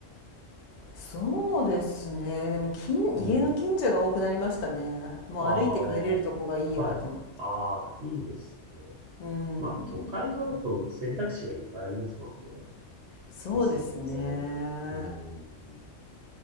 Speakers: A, on the left; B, on the right.
A: そうですね。でも近、
B: うん。
A: 家の近所が多くなりましたね。もう歩いて帰れるとこがいいやと思って。
B: ああ、はい。ああ、いいですね。
A: うん。
B: まあ、都会はあと選択肢がいっぱいありますもんね。
A: そうですね。
B: 店もね。うん。